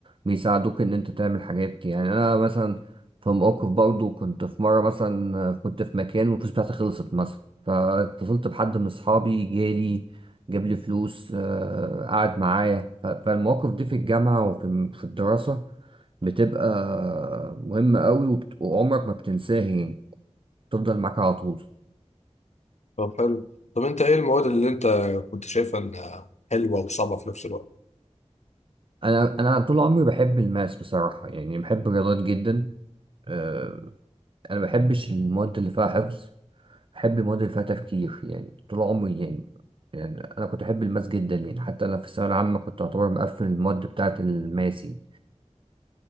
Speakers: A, on the right; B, on the left.
A: بيساعدوك ان انت تعمل حاجات يعني انا مثلا في موقف برضه كنت في مرة مثلا كنت في مكان والفلوس بتاعتي خلصت مثلا فاتصلت بحد من اصحابي جالي جاب لي فلوس آه، قعد معايا ف- فالمواقف دي في الجامعة وفي في الدراسة بتبقى مهمة قوي وبت- وعمرك ما بتنساها يعني تفضل معاك على طول
B: طب حلو طب انت ايه المواد اللي انت كنت شايفها انها حلوه وصعبه في نفس الوقت
A: أنا أنا طول عمري بحب الماس بصراحة يعني بحب الرياضات جدا آه، أنا ما بحبش المواد اللي فيها حفظ بحب المواد اللي فيها تفكير يعني طول عمري يعني يعني أنا كنت أحب الماس جدا يعني حتى أنا في الثانوية العامة كنت أعتبر مقفل المواد بتاعة الماس يعني.